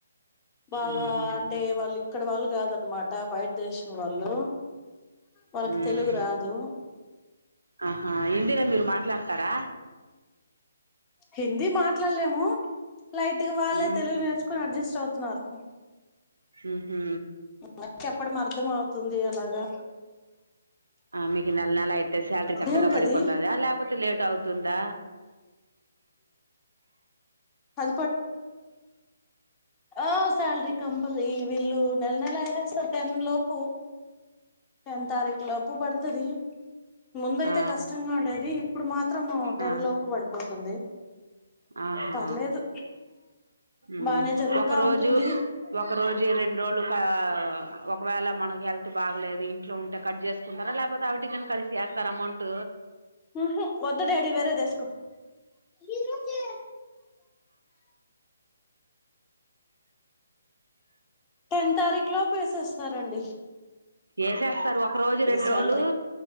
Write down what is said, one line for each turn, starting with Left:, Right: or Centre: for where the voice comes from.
Left: బాగా
Right: ఉమ్
Left: అంటే వాళ్ళు ఇక్కడ వాళ్ళు గాదన్నమాట బయటి దేశం వాళ్ళు వాళ్ళకి
Right: ఉమ్
Left: తెలుగు రాదు
Right: ఆహా హిందీలో మీరు మాట్లాడతారా
Left: హిందీ మాట్లాడలేము లైట్గా వాళ్ళే
Right: ఉమ్
Left: తెలుగు నేర్చుకుని అడ్జస్ట్ అవుతున్నారు
Right: ఉహు
Left: మరి చెప్పడం అర్థం అవుతుంది అలాగా
Right: ఆ మీకు నెల నెల అయితే శాలరీ కరెక్ట్గా
Left: దేనికది
Right: పడిపోతుందా లేకపోతే లేట్ అవుతుందా
Left: ఆ ఆ సాలరీ కంపల్ వీళ్లు నెల నెల వేసేస్తరు టెన్ లోపు టెన్ తారీఖు లోపు పడుతది ముందు అయితే
Right: ఆ
Left: కష్టంగా ఉండేది ఇప్పుడు మాత్రం టెన్
Right: ఆ
Left: లోపు పడిపోతుంది
Right: ఆహా
Left: పర్లేదు
Right: ఉ
Left: బానే జరుగుతా
Right: ఒక రోజు
Left: ఉంటుంది
Right: ఒక రోజు రెండు రోజులు కా ఒకవేళ మనకి హెల్త్ బాగలేదు ఇంట్లో ఉంటే కట్ జేసు కుంటారా లేపోతే ఆవిటికని కలిసి వేస్తారా అమౌంట్
Left: ఉ హు వద్దు డాడి వేరేదేసుకో ఈరోజే టెన్ తారీకు లో ఏసేస్తారండి
Right: ఏసేస్తారు ఒక రోజు రెండు
Left: శాలరీ
Right: రోజులూ